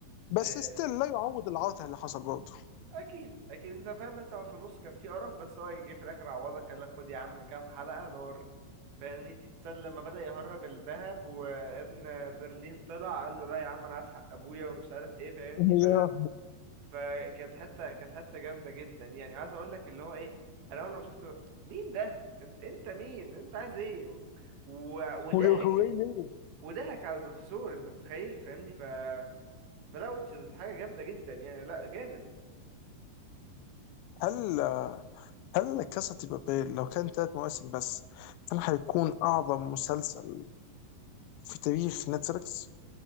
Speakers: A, on the left; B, on the right.
A: بس
B: آه،
A: ستيل لا يعوض العوته اللي حصل برضه
B: اكيد اكيد انت فاهم انت هو في النص كان في قرف بس هو جه في الاخر عوضك قال لك خد يا عم كام حلقة نار فاهمني ساعة لما بدأ يهرب الذهب وابن برلين طلع قال له لا يا عم انا عايز حق ابويا ومش عارف ايه فاهمني
A: يا
B: فكانت حتة كانت حتة جامدة جدا يعني عايز اقول لك اللي هو ايه انا اول ما شفت مين ده انت انت مين انت عايز ايه و... وضحك
A: هو هو ليه؟
B: وضحك على البروفيسور انت متخيل فاهمني ف فلا وتشز حاجة جامدة جدا يعني لا جامد
A: هل هل كاسا دي بابيل لو كان ثلاث مواسم بس هل هيكون اعظم مسلسل في تاريخ نتفليكس؟